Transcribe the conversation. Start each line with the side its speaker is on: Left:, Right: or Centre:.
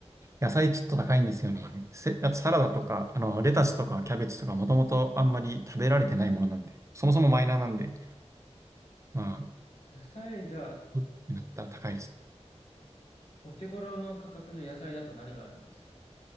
Right: 野菜ちょっと高いんですよね。せ、あとサラダとか、あの、レタスとかキャベツとか、もともとあんまり食べられてないものなんで、そもそもマイナーなんで、まあ、
Left: 野菜、じゃあ、
Right: ってなったら高いです。
Left: お手頃の価格の野菜だと何があるんですか